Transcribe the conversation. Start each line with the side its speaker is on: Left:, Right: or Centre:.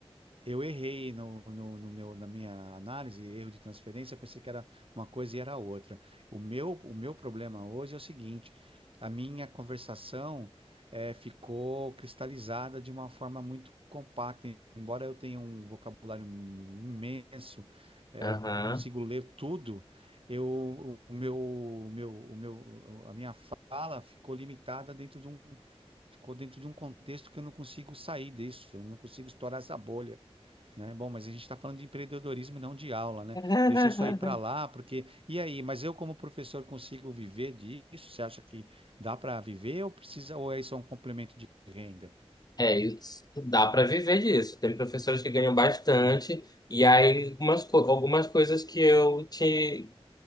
Right: Eu errei no, no, no meu, na minha análise, erro de transferência, pensei que era uma coisa e era outra. O meu, o meu problema hoje é o seguinte: a minha conversação eh, ficou cristalizada de uma forma muito compacta. Embora eu tenha um vocabulário imenso, eh,
Left: Aham.
Right: consigo ler tudo, eu, o meu, o meu, o meu, a minha fala ficou limitada dentro de um, ficou dentro de um contexto que eu não consigo sair disso, eu não consigo estourar essa bolha. Né? Bom, mas a gente está falando de empreendedorismo e não de aula, né?
Left: <laughs>
Right: Deixa isso aí para lá, porque. E aí, mas eu, como professor, consigo viver disso? Você acha que dá para viver ou precisa, ou é só um complemento de renda?
Left: É, isso, dá para viver disso. Tem professores que ganham bastante, e aí algumas, co- algumas coisas que eu te,